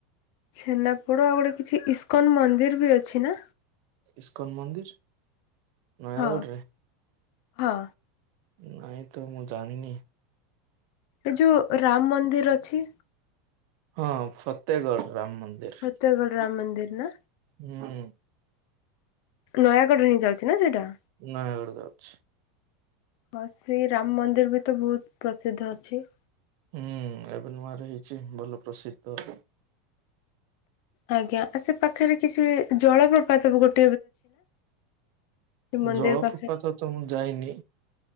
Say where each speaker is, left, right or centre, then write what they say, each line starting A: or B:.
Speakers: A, on the left (about 60°); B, on the right (about 60°).
A: ଛେନାପୋଡ ଆଉ ଗୋଟେ କିଛି ଇସ୍କନ ମନ୍ଦିର ବି ଅଛି। ନା?
B: ଇସ୍କନ ମନ୍ଦିର? ନୟାଗଡ଼ରେ?
A: ହଁ ହଁ।
B: ନାଇଁ ତ ମୁଁ ଜାଣିନି।
A: ଏ ଯୋଉ ରାମ ମନ୍ଦିର ଅଛି।
B: ହଁ ଫତେଏଗଡ଼ ରାମ ମନ୍ଦିର
A: ଫତେଗଡ ରାମ ମନ୍ଦିର ନା?
B: ହୁଁ।
A: ନୟାଗଡରେ ହିଁ ଯାଉଚି ନା ସେଇଟା?
B: ନୟାଗଡ଼ ଯାଉଚି।
A: ହଁ ସେ ରାମ ମନ୍ଦିର ବି ତ ବହୁତ ପ୍ରସିଦ୍ଧ ଅଛି।
B: ହୁଁ ଏବେ ନୂଆ ର ହେଇଚି ଭଲ ପ୍ରସିଦ୍ଧ।
A: ଆଜ୍ଞା ଆ ସେ ପାଖରେ କିଛି ଜଳପ୍ରପାତ ବି ଗୋ ମନ୍ଦିର
B: ଜଳପ୍ରପାତ
A: ପାଖରେ
B: ତ ମୁଁ ଯାଇନି।